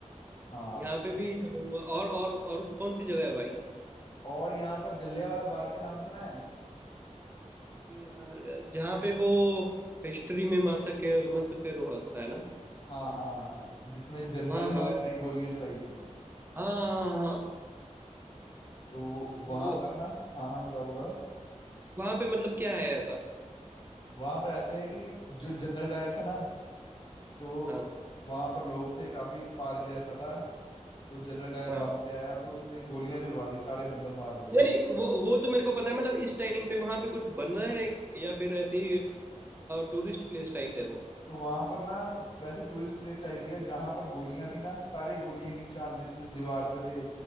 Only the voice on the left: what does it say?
हाँ
काफी
अच्छा
है।
और यहाँ पर जलियांवाला बाग का नाम सुना है
हाँ हाँ हाँ हाँ जिसमें जनरल
डायर ने गोलियां चलाई थी
तो वहां
पर ना हाँ हाँ बताओ बताओ
वहां पर ऐसे है कि जो जनरल डायर था ना तो
वहां पर लोग थे काफी एक पार्क जैसा था तो जनरल डायर
बाहर से आया तो उसने गोलियां चलवा दी सारे बंदे मार दिए
तो वहां पर ना वैसे टूरिस्ट प्लेस टाइप ही है जहां पर गोलियां थी ना सारे गोलियां के निशान जिस जिस दीवार पे थे